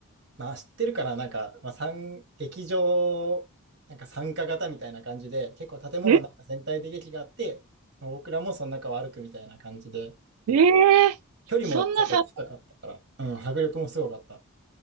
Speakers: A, on the right; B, on the right.
A: まあ、知ってるから、なんか、まあ、参劇場、なんか参加型みたいな感じで、結構建物の中全体で劇があって、
B: うん。え、
A: まあ僕らもその中を歩くみたいな感じで、
B: えーそんなさ、
A: 距離もちょっと近かったから、うん、迫力もすごかった。